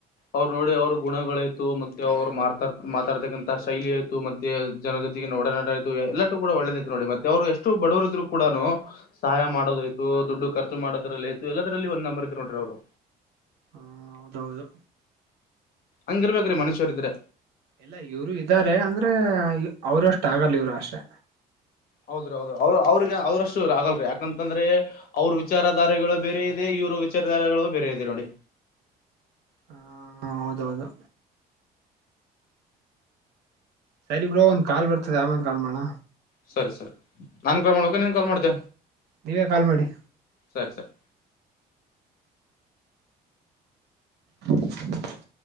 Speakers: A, on the left; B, on the right.
A: ಅವ್ರು ನೋಡಿ ಅವ್ರ ಗುಣಗಳಾಯ್ತು ಮತ್ತೆ ಅವ್ರು ಮಾತಾಡ್ ಮಾತಾಡ್ತಕ್ಕಂಥ ಶೈಲಿ ಆಯ್ತು ಮತ್ತೆ ಮ ಜನ ಜೊತೆಗೆ ನೋಡನಾಟ ಇು ಎಲ್ಲಟು ಕೂಡ ಒಳ್ಳೇದೈತೆ ನೋಡಿ ಮತ್ತೆ ಅವರು ಎಷ್ಟು ಬಡವರರು ಇದ್ರು ಕೂಡನು ಸಹಾಯ ಮಾಡೋದ ಆಯ್ತು ದುಡ್ಡು ಖರ್ಚು ಮಾಡೋದ್ರಲ್ಲಿ ಆಯತು ಎಲ್ಲರಲ್ಲಿ ಒಂದ ನಂಬರ್ ಇದ್ ನೋಡ್ರಿ ಅವರು..
B: ಹಾ ಹೌದೌದು..
A: ಹಂಗಿರ್ಬೇಕೇರ ಮನುಷ್ಯರ ಇದ್ರೆ..
B: ಎಲ್ಲ ಇವರು ಇದ್ದಾರೆ ಅಂದ್ರೆ ಅವರು ಅಷ್ಟು ಆಗಲ್ಲ ಇವ್ರು ಅಷ್ಟೆ..
A: ಹೌದ್ರ ಹೌದು ಅವ್ರ ಅವ್ರಿಗೆ ಅವ್ರಷ್ಟು ಆಗಲ್ರೀ ಯಾಕಂತಂದ್ರೆ ಅವ್ರ ವಿಚಾರಧಾರೆಗಳು ಬೇರೆ ಇದೆ ಇವ್ರ ವಿಚಾರಧಾರೆಗಳು ಬೇರೆ ಇದೆ ನೋಡಿ..
B: ಹ ಹೌದೌದು.. ಸರಿ ಬ್ರೋ ಒಂದು ಕಾಲ್ ಬರ್ತದೆ ಆಮೇಲೆ ಕಾಲ್ ಮಾಡನ
A: ಸರಿ ಸರಿ ನಾನ್ ಕಾಲ್ ಮಾಡ್ಕ ನೀನ್ ಕಾಲ್ ಮಾಡ್ತ..
B: ನೀವೆ ಕಾಲ್ ಮಾಡಿ..
A: ಸರಿ ಸರಿ..
B: <unintelligible>